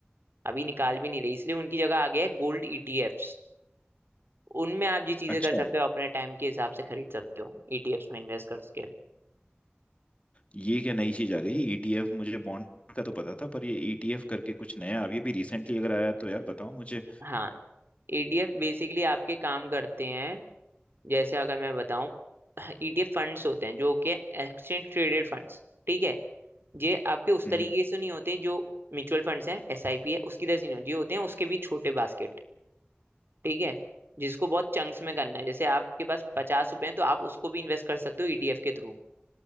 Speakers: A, on the right; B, on the left.
A: अभी निकाल भी नहीं रही इसलिए उनकी जगह आ गया है गोल्ड ईटीएफ्स उनमें आप ये चीजें
B: अच्छा
A: कर सकते हो अपने टाइम के हिसाब से खरीद सकते हो ईटीएफ्स में इन्वेस्ट करके
B: ये क्या नई चीज आ गई ईटीएफ मुझे बॉन्ड का तो पता था पर ये ईटीएफ करके कुछ नया अभी अभी रिसेंटली अगर आया तो यार बताओ मुझे
A: हाँ ईटीएफ बेसिकली आपके काम करते हैं जैसे अगर मैं बताऊं <clears throat> ईटीएफ फंड्स होते हैं जो कि एक्सचेंज ट्रेडेड फंड्स ठीक है ये आपके उस
B: हम्म
A: तरीके से नहीं होते जो म्यूचुअल फंड्स हैं एसआईपी है उसकी तरह से नहीं होते ये होते हैं उसके भी छोटे बास्केट ठीक है जिसको बहुत चंक्स में करना है जैसे आपके पास पचास रुपए हैं तो आप उसको भी इन्वेस्ट कर सकते हो ईटीएफ के थ्रू